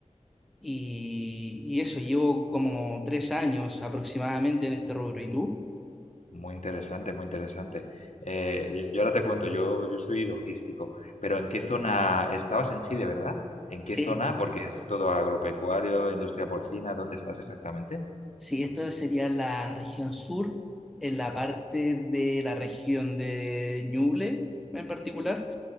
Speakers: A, in the centre; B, on the left.
A: y, y eso, llevo como tres años aproximadamente en este rubro. ¿Y tú?
B: Muy interesante, muy interesante. Eh, yo, yo ahora te cuento, yo, yo soy logístico, pero ¿en qué zona estabas en Chile, verdad? ¿En qué
A: Sí.
B: zona? Porque es todo agropecuario, industria porcina, ¿dónde estás exactamente?
A: Sí, esto sería la región sur, en la parte de la región de Ñuble en particular.